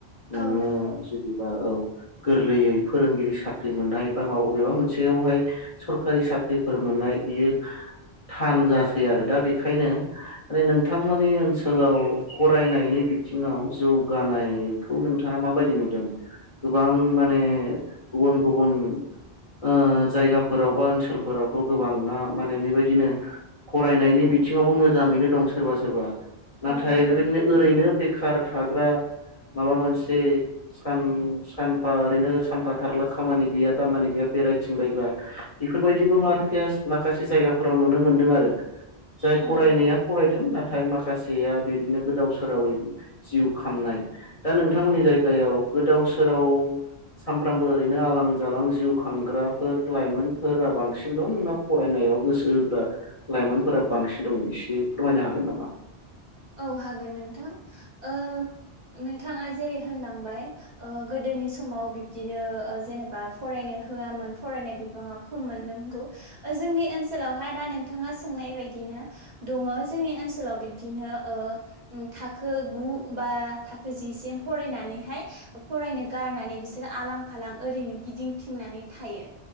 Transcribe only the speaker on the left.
नोङो
जुदिबा औ गोरलैयै फोरोंगिरि साख्रि मोननाय एबा मा अबेबा मोनसेयावहाय सरखारि साख्रिफोर मोननाय बियो थान जासै आरो दा बेखायनो माने नोंथांमोननि ओनसोलाव फरायनायनि बिथिङाव जौगानायखौ नोंथाङा माबायदि नुदों गोबां माने गुबुन गुबुन ओ जायगाफोराव बा ओनसोलफोरावथ' गोबाङा माने बेबायदिनो फरायनायनि
बिथिङावबो मोजाङैनो दं सोरबा सोरबा नाथाय
बेबायदिनो ओरैनो बेखार थाग्रा माबा मोनसे सान सानफा ओरैनो सानफा थारला खामानि गैया दामानि गैया बेरायथिं बायग्रा बेफोरबायदिबो माथो माखासे जायगाफोराव नुनो मोनदों आरो जाय
फरायनाया
फरायदों नाथाय माखासे माखासेया बिदिनो गोदाव सोरावै जिउ खांनाय दा नोंथांमोननि जायगायाव गोदाव सो- सोराव सामफ्रामबो ओरैनो आलां जालां जिउ खांग्राफोर लाइमोनफोरा बांसिन दं ना फरायनाय याव गोसो होग्रा लाइमोनफोरा बांसिन दं एसे फोरमायनो हागोन नामा?